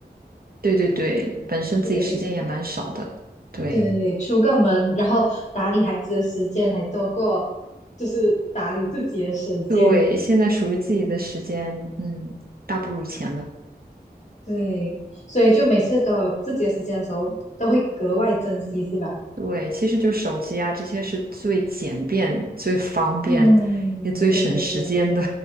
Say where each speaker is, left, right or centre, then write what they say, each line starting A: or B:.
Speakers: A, on the right; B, on the left.
A: <laughs> 对对对，本身自己时间也蛮少的。
B: 对。
A: 对
B: 对，出个门，然后打理孩子的时间还多过就是打理自己的时间，
A: 对，现在属于自己的时间，嗯，大不如前了。
B: 对，所以就每次都有自己的时间的时候，都会格外珍惜，是吧？
A: 对，其实就手机啊，这些是最简便、最方便，
B: 嗯，
A: 也最省时间的。
B: 对对对